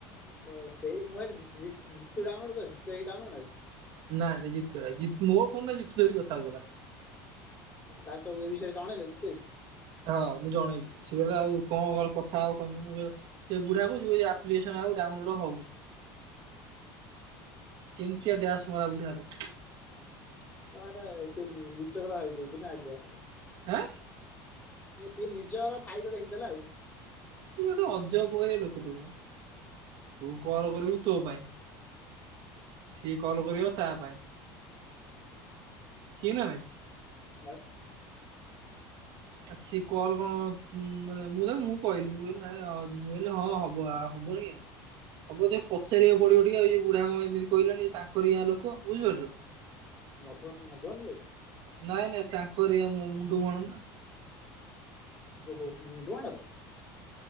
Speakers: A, on the left; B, on the right.
A: ଅ ସେଇ ମୋବାଇଲ ଜି-ଜିତୁ ଡାଉନଲୋଡ ଏଇ ଡାଉନଲୋଡ ଅଛି।
B: ନା ଜିତୁ ରାଏ ଜିତୁ ମୋ ଫୋନରେ ଜିତୁ ଧରି କଥା ହଉ ଥିଲା।
A: ତାଙ୍କ ଏ ବିଷୟରେ ଜଣେଇଲେ ତତେ?
B: ହଁ ମୁଁ ଜଣେଇଲି ସେ କହିଲେ ଆଉ କଣ କଣ କଥା ଆଉ କହନ୍ତୁ ମୁଁ କହିଲି। ସେ ବୁଢା କହୁଛି ଆପ୍ଲିକେସନ ଆଉ ଡାଉନଲୋଡ ହଉନି। କେମିତିଆ ଡ୍ୟାସ ମରା ବୁଢା ଦେଖ।
A: ଆରେ ସେ ନିଚ କଥା ଭାବି ଦଉଛି ନା ଆଗୁଆ।
B: ଆଁ
A: ସିଏ ନିଜର ଫାଇଦା ଦେଖିଦେଲା ଆଉ।
B: କି ଗୋଟେ ଅଜବ କରିବା ଲୋକ ତମର ତୁ କଲ କରିବୁ ତୋ ପାଇଁ। ସିଏ କଲ କରିବ ତା ପାଇଁ ଠିକ ନାଁ ନାଇ?
A: <unintelligible>
B: ଆ ସିଏ କଲ୍ କଣ ମାନେ ମୁଁଁ ତାକୁ ମୁଁ କହିଲି ମୁଁ କହିଲି ନାଇଁ ମୁଁ କହିଲି ହଁ ହବ ହବନି କାଇଁ। ହବ ଯେ ପଚାରିବାକୁ ପଡିବ ଟିକେ, ଆଉ ଏ ବୁଢା କଣ ଏମିତି କହିଲାଣି? ଏ ତାଙ୍କରି ଗାଁ ଲୋକ ବୁଝି ପାରୁଛ।
A: ମଦନ ମଧୁବାବୁ।
B: ନାଇଁ ନାଇଁ ତାଙ୍କରି ମୁଣ୍ଡୁମୁହାଣ ନା।
A: ଓହ ମୁଣ୍ଡୁମାଣର।